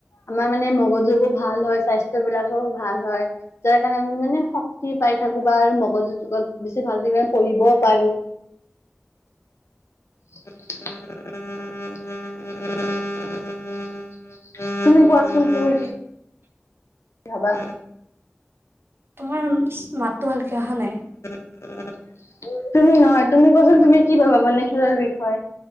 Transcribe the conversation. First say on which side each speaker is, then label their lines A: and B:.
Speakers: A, on the left (about 60°); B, on the right (about 50°).
A: আমাৰ মানে মগজুবোৰ ভাল হয়, স্বাস্থ্য বিলাকো ভাল হয়। যাৰ কাৰণে আমি মানে শক্তি পাই থাকো বা আৰু মগজু তোকত বেছি ভাল কিনে পঢ়িবও পাৰো। <unintelligible> তুমি কোৱাচোন তুমি কি হ'বা?
B: তোমাৰ মাতটো ভালকে আহা নাই।
A: তুমি নহয়, তুমি কোৱাচোন তুমি কি ভাবা মানে খেলৰ বিষয়ে?